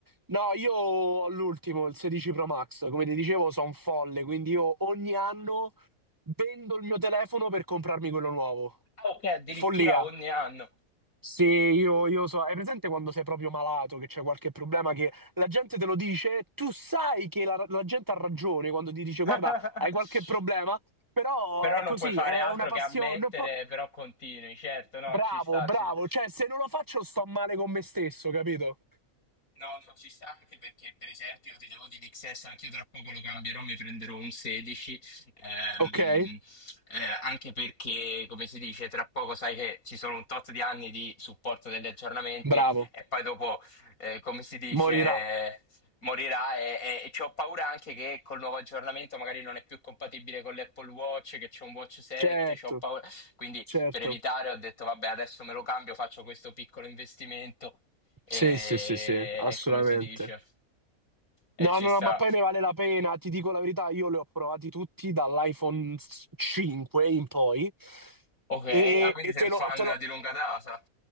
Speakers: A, on the right; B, on the left.
A: No, io ho l'ultimo, il 16 Pro Max. Come ti dicevo, sono un folle, quindi io ogni anno vendo il mio telefono per comprarmi quello nuovo.
B: Ah, ok, addirittura
A: Follia.
B: ogni anno.
A: Sì, io, io so, hai presente quando sei proprio malato, che c'è qualche problema, che la gente te lo dice, tu sai che la, la gente ha ragione quando ti dice
B: <laughs>
A: guarda, hai qualche problema, però
B: Però
A: è
B: non
A: così,
B: puoi fare
A: è
B: altro
A: una passione.
B: che ammettere,
A: un po'-
B: però continui, certo, no,
A: Bravo,
B: ci sta,
A: bravo,
B: ci sta.
A: cioè se non lo faccio sto male con me stesso, capito?
B: No, no, ci sta anche perché, per esempio, io ti devo di XS, anche io tra poco lo cambierò, mi prenderò un 16, ehm,
A: Ok?
B: eh, anche perché, come si dice, tra poco sai che ci sono un tot di anni di supporto degli aggiornamenti
A: Bravo,
B: e poi dopo, eh, come si dice,
A: morirà.
B: morirà e, e, e ci ho paura anche che col nuovo aggiornamento magari non è più compatibile con l'Apple Watch, che c'è un Watch 7,
A: Certo,
B: c'ho paura. Quindi
A: certo.
B: per evitare ho detto, vabbè, adesso me lo cambio, faccio questo piccolo investimento e,
A: Sì, sì, sì, sì, assolutamente.
B: e come si dice? E
A: No,
B: ci
A: no,
B: sta.
A: no, ma poi ne vale la pena, ti dico la verità, io li ho provati tutti dall'iPhone 5 in poi
B: Ok,
A: e,
B: ah, quindi
A: e
B: sei
A: te
B: un fan
A: lo, te lo-
B: di lunga data.